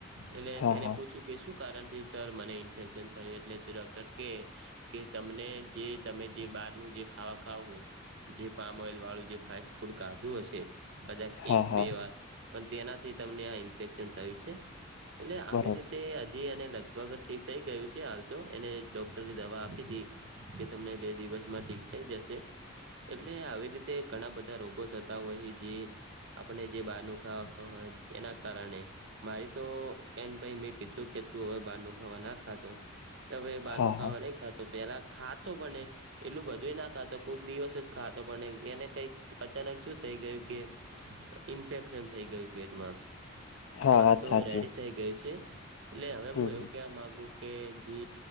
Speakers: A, on the right; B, on the left.
A: એટલે
B: હા
A: તેને
B: હા
A: પૂછ્યું કે શું કારણ થી સર મને ઇન્ફેક્શન થયું એટલે તે ડૉક્ટર કે કે તમને જે તમે જે બારનું જે ખાવા ખાવ હો જે પામ ઓઈલ વાળું જે ફાસ્ટ ફૂડ કાધું હશે. કદાચ
B: હા
A: એક
B: હા
A: બે વાર પણ તેનાથી તમને આ ઇન્ફેક્શન થયું છે. એટલે આવી
B: બરોબર
A: રીત આ જે એને લગભગ ઠીક થઈ ગયું છે હાલ તો એને ડોક્ટરે દવા આપી તી જે કે તમને બે દિવસમાં ઠીક થઈ જશે. એટલે આવી રીતે ઘણા બધા રોગો થતા હોય જે આપણે જે બહારનું ખાવા <unintelligible> એના કારણે. મારી તો એન ભાઈ મેં કીધું કે તું હવે બહારનું ખાવા ના ખાધો. તો હવે બહાર
B: હા
A: નું ખાવા
B: હા
A: નહી ખાતું પેલા ખાતો પણ એ એટલું બધું ના ખાતો કોક દિવસ જ ખાતો પણ એને કઈક અચાનક શું થઈ ગયું કે ઈન્ફેક્શન થઈ ગયું પેટમાં.
B: હા
A: હાલ
B: વાત
A: તો
B: સાચી
A: રેડી થઈ ગયું છે એટલે હવે
B: હમ
A: હું એવું
B: હમ.
A: કહેવા માગુ કે જે